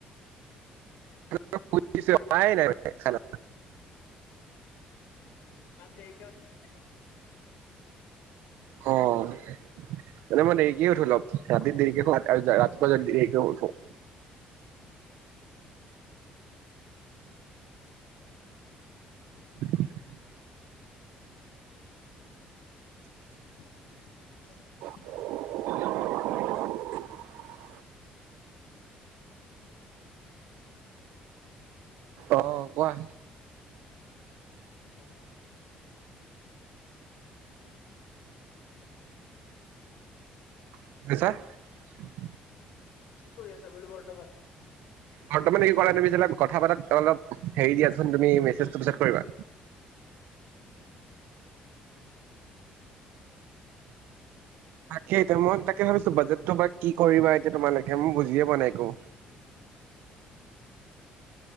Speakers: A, on the right; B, on the left.
A: <unintelligible> খানা।
B: ইমান দেৰিকে উঠিছা নে?
A: অ'। মানে মই দেৰিকে উঠো অলপ, ৰাতি দেৰিকে শুৱ আৰু <unintelligible> ৰাতিপুৱা দেৰিকে উঠো। <inaudible>
B: <inaudible>
A: <inaudible> অ' কোৱা।
B: বৰ্তমান
A: <unintelligible>
B: কি কৰি আছা বোলো বৰ্তমান?
A: বৰ্তমানে <unintelligible> কথা পাতাত অলপ হেৰি দিয়াচোন তুমি মেছেজতো পিছত কৰিবা।
B: <inaudible>
A: তাকে এতিয়া মই তাকে ভাবিছোঁ বাজেটটো বা কি কৰিবা এতিয়া তোমালোকে মই বুজিয়ে পোৱা নাই একো।